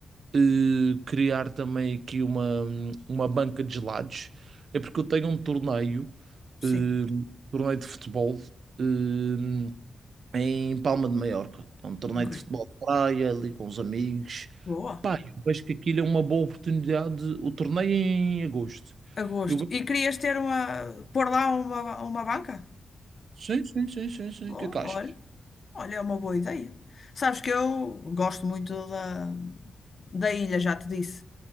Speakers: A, on the right; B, on the left.
A: eh, criar também aqui uma, uma banca de gelados? É porque eu tenho um torneio,
B: Sim,
A: eh, um torneio de futebol. eh, em Palma de Maiorca. É um torneio
B: ok.
A: de futebol de praia, ali com os amigos.
B: Boa.
A: Pá, eu vejo que aquilo é uma boa oportunidade. O torneio é em agosto.
B: agosto.
A: Eu vejo...
B: E querias ter uma, pôr lá uma, uma banca?
A: Sim, sim, sim, sim, sim.
B: Bom,
A: O que é que achas?
B: olha, olha, é uma boa ideia. Sabes que eu gosto muito da, da ilha, já te disse.